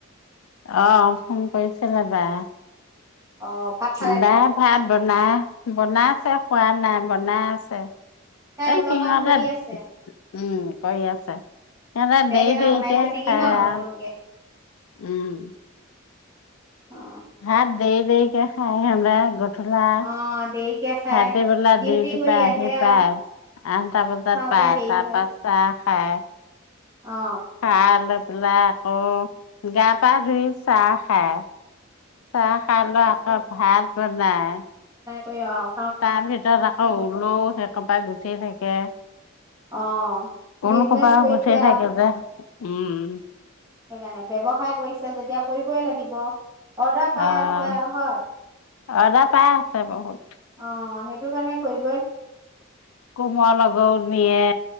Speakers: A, on the left; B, on the right.
A: অ', ফোন কৰিছিলে বায়ে।
B: অ ভাত খালে
A: বা
B: তাই
A: ভাত ব নাই বনাই আছে খোৱা নাই বনাই আছে।
B: তাই
A: এই
B: ওলৰ
A: সিহঁতে
B: কাম কৰি আছে
A: উম কৰি আছে সিহঁতে
B: বেগ
A: দেৰি
B: এটা
A: দেৰিকে
B: বনাইছে নেকি
A: খায়
B: ন নতুনকে
A: আৰু উম
B: অ
A: ভাত দেৰি দেৰি কে খায় সদায়। <unintelligible>
B: অ দেৰিকে খাই
A: ৰাতি বেলা ডিউটি
B: কৰি
A: পৰা আহি
B: আহে আৰু
A: পায়, আঠটা বজাত
B: খাওঁতে
A: পায়
B: দেৰি
A: তাৰপা
B: হয়
A: চাহ খায়। <unintelligible>
B: অ
A: <unintelligible> আকৌ গা পা ধুই চাহ খায়। চাহ খায় লৈ আকৌ ভাত। নাই।
B: সয়া।
A: তাৰ ভিতৰত আকৌ ওলও। কবাত গুটেই থাকে।
B: অ
A: ওল
B: বিজনেচ
A: সূপা
B: কৰিছে
A: গুঠি থাকে
B: আৰু
A: যে। উম।
B: সেইকাৰণে, ব্যৱসায় কৰিছে যেতিয়া কৰিবই লাগিব। অৰ্ডাৰ পাই
A: আহ
B: আছে আৰু হয়।
A: অৰ্ডাৰ পাই আছে বহুত।
B: অ সেইটো কাৰণে কৰি।
A: কোমোৱা লগও নিয়ে।